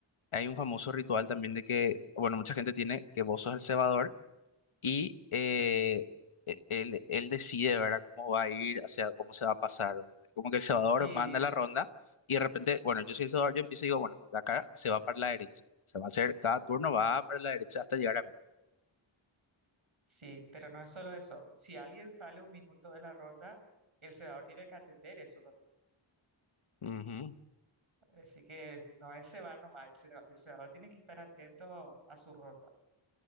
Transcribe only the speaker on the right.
Sí.
Sí, pero no es solo eso. Si alguien sale un minuto de la ronda, el cebador tiene que atender eso también.
Así que no es cebar nomás, el ceba- el cebador tiene que estar atento a su ronda.